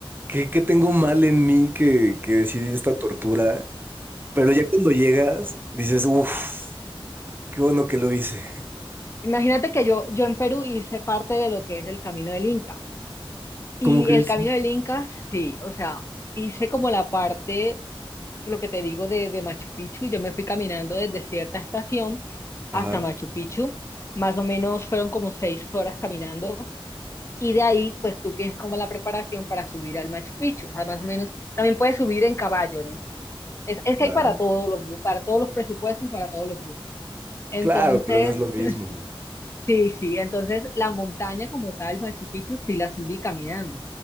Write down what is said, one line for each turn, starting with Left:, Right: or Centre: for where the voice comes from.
Right: ¿qué, qué tengo mal en mí que, que decidí esta tortura? Pero ya cuando llegas, dices, uff, qué bueno que lo hice.
Left: Imagínate que yo, yo en Perú hice parte de lo que es el Camino del Inca. Y
Right: ¿Cómo crees?
Left: el Camino
Right: Sí.
Left: del Inca, sí, o sea, hice como la parte, lo que te digo de, de Machu Picchu. Yo me fui caminando desde cierta estación
Right: Ajá,
Left: hasta Machu Picchu. Más o menos fueron como seis horas caminando. Y de ahí, pues tú tienes como la preparación para subir al Machu Picchu. O sea, más o menos, también puedes subir en caballo, ¿no? Es, es que
Right: claro.
Left: hay para todos los gu- para todos los presupuestos y para todos los gustos. Entonces,
Right: Claro, pero no es lo mismo.
Left: <laughs> sí, sí, entonces la montaña como tal, Machu Picchu, sí la subí caminando.